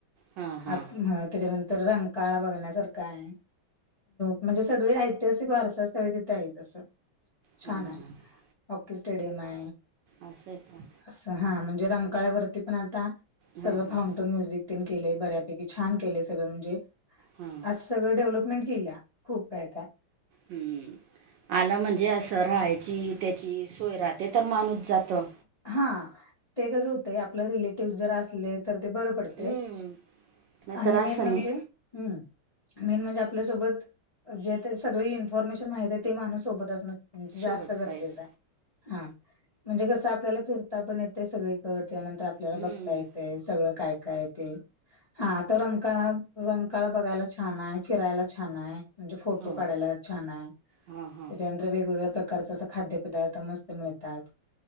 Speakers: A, on the right; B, on the left.
A: हां हां
B: आप त्यांच्यानंतर रंकाळा बघण्यांसारख हांय. म्हणजे सगळें ऐतिहांसिक वारसां स्थळे तिथे आहेतं तसं
A: हां
B: छान आहे. स्टेडियंम आहे.
A: असंय आहे कां.
B: असं हां म्हणजे रमकाळ्यांवरती पणं आंता सगळं
A: हां हां
B: फाउं टंन म्युझिक तेनं केलंय बऱ्यांपैकी छान केलंय सगळं म्हणजे.
A: हम्मं
B: असं सगळं डेव्हलपमेंट केल्यां खूंप आहे आंता
A: हम्मं आलं म्हणजे असं तरं राहांयची त्यांची सोय राहते तरं माणूंस जातो.
B: हां ते कसं होतं आपलं रिलेटिव जरं असले तरं ते बरं पडते
A: हम्म नाहीतर
B: आणि मेन
A: असं
B: म्हणजे
A: नाही
B: मं मेन म्हणजे आपल्यांसोबत जे ते सगळी इन्फॉर्मेशन माहित आहे ते माणूंस सोबतं म्हणजे जास्तं
A: सोबत
B: गरजेच
A: पाहिजे
B: आहे हां म्हणजे कसं आपल्यला फिरतां पणं येतंय सगळीकडे त्यांनंतर आपल्यांला
A: हम्म
B: बघतां येतंय सगळं कायं कायं आहे ते. हां तरं रंकाळा रंकाळा बघांयला छान आहे फिरांयला छान आहे. म्हणजे फोटो
A: हां
B: काढांयला छान आहे
A: हां हां
B: त्यांच्यानंतर वेगवेगळ्यां प्रकारचा असं खाद्यंपदार्थ मस्तं मिळतांत